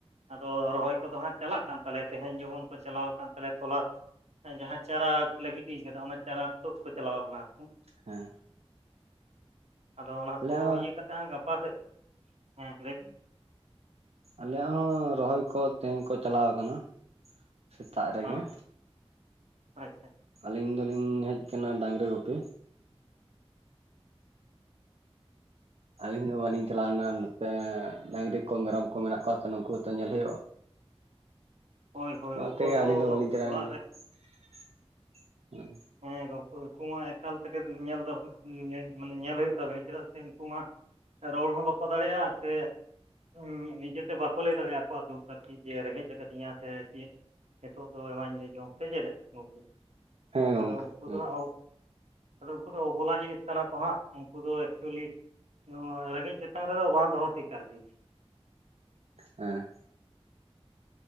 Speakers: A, on the right (about 90°); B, on the right (about 75°).
A: ᱟᱫᱚ ᱨᱚᱦᱚᱭ ᱠᱚᱫᱚ ᱦᱟᱸᱜ ᱪᱟᱞᱟᱜ ᱠᱟᱱ ᱛᱟᱞᱮᱭᱟ ᱛᱮᱦᱮᱧ ᱡᱮᱢᱚᱱ ᱠᱚ ᱪᱟᱞᱟᱣ ᱟᱠᱟᱱ ᱛᱟᱞᱮᱭᱟ ᱛᱚᱞᱟ ᱡᱟᱦᱟᱸ ᱪᱟᱨᱟ ᱠᱚᱞᱮ ᱜᱤᱴ ᱟᱠᱟᱫᱟ ᱚᱱᱟ ᱪᱟᱨᱟ ᱛᱳᱫᱚ ᱠᱚ ᱪᱟᱞᱟᱣ ᱟᱠᱟᱱᱟ ᱠᱚ
B: ᱦᱮᱸ
A: ᱟᱫᱚ ᱚᱱᱟ
B: ᱟᱞᱮᱭᱟᱜ
A: ᱠᱚ
B: ᱦᱚᱸ
A: ᱤᱭᱟᱹ ᱠᱟᱛᱮᱫ ᱦᱟᱸᱜ ᱜᱟᱯᱟ ᱥᱮᱫ ᱦᱮᱸ ᱞᱟᱹᱭᱵᱤᱱ
B: ᱟᱞᱮᱭᱟᱜ ᱦᱚᱸ ᱨᱚᱦᱚᱭ ᱠᱚ ᱛᱮᱦᱮᱧ ᱠᱚ ᱪᱟᱞᱟᱣ ᱟᱠᱟᱱᱟ ᱥᱮᱛᱟᱜ ᱨᱮᱜᱮ
A: ᱦᱮᱸ ᱟᱪᱪᱷᱟ
B: ᱟᱹᱞᱤᱧ ᱫᱚᱞᱤᱧ ᱦᱮᱡ ᱟᱠᱟᱱᱟ ᱰᱟᱝᱨᱤ ᱜᱩᱯᱤ ᱟᱹᱞᱤᱧ ᱫᱚ ᱵᱟᱹᱞᱤᱧ ᱪᱟᱞᱟᱣ ᱞᱮᱱᱟ ᱱᱚᱛᱮ ᱰᱟᱝᱨᱤ ᱠᱚ ᱢᱮᱨᱚᱢ ᱠᱚ ᱢᱮᱱᱟᱜ ᱠᱚᱣᱟ ᱛᱚ ᱱᱩᱠᱩᱦᱚᱛᱚ ᱧᱮᱞ ᱦᱩᱭᱩᱜᱼᱟ᱾
A: ᱦᱳᱭ ᱦᱳᱭ
B: ᱚᱱᱟ
A: ᱩᱱᱠᱩ
B: ᱛᱮᱜᱮ
A: ᱦᱚᱸᱛᱚ
B: ᱟᱹᱞᱤᱧ ᱫᱚ ᱵᱟᱹᱞᱤᱧ ᱪᱟᱞᱟᱣ
A: ᱚᱲᱟᱜ ᱨᱮ
B: <inaudible>
A: ᱦᱮᱸ ᱜᱚᱢᱠᱮ ᱩᱱᱠᱩ ᱢᱟ ᱮᱠᱟᱞ ᱛᱮᱜᱮ ᱧᱮᱞ <unintelligible> ᱢᱟᱱᱮ ᱧᱮᱞ ᱦᱩᱭᱩᱜ ᱛᱟᱵᱤᱱᱟ ᱪᱮᱫᱟᱜ ᱥᱮ ᱩᱱᱠᱩ ᱢᱟ ᱨᱚᱲ ᱦᱚᱸ ᱵᱟᱠᱚ ᱫᱟᱲᱮᱭᱟᱜᱼᱟ ᱥᱮ ᱱᱤᱡᱮᱛᱮ ᱵᱟᱠᱚ ᱞᱟᱹᱭ ᱫᱟᱲᱮᱭᱟᱜᱼᱟ ᱟᱠᱚᱣᱟᱜ ᱫᱩᱠ ᱟᱨᱠᱤ ᱡᱮ ᱨᱮᱸᱜᱮᱡ ᱟᱠᱟᱫᱤᱧᱟ ᱥᱮ ᱪᱮᱫ ᱱᱤᱛᱚᱜ ᱫᱚ ᱮᱢᱟᱧ ᱢᱮ ᱡᱚᱢ ᱥᱮ ᱪᱮᱫ ᱞᱮᱠᱟ ᱜᱚᱢᱠᱮ
B: ᱦᱮᱸ ᱜᱚᱝᱠᱮ
A: ᱟᱫᱚ ᱩᱱᱠᱩ
B: ᱦᱮᱸ
A: ᱫᱚ ᱦᱟᱸᱜ ᱟᱫᱚ ᱩᱱᱠᱩ ᱫᱚ ᱚᱵᱚᱞᱟ ᱡᱤᱱᱤᱥ ᱠᱟᱱᱟ ᱠᱚ ᱦᱟᱸᱜ ᱩᱱᱠᱩ ᱫᱚ ᱮᱠᱪᱩᱭᱮᱞᱤ ᱱᱚᱣᱟ ᱨᱮᱸᱜᱮᱡ ᱛᱮᱛᱟᱧ ᱨᱮᱫᱚ ᱵᱟᱝ ᱫᱚᱦᱚ ᱴᱷᱤᱠ ᱟᱨᱠᱤ
B: ᱦᱮᱸ